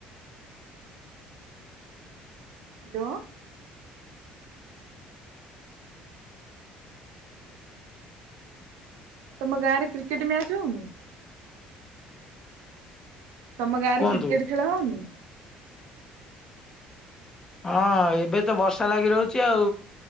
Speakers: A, on the right; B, on the left.
A: ହ୍ୟାଲୋ। ତମ ଗାଁରେ କ୍ରିକେଟ୍ ମ୍ୟାଚ୍ ହଉନି? ତମ ଗାଁରେ
B: କୁହନ୍ତୁ
A: କ୍ରିକେଟ୍ ଖେଳ ହଉନି?
B: ହଁ ଏବେତ ବର୍ଷା ଲାଗି ରହୁଚି ଆଉ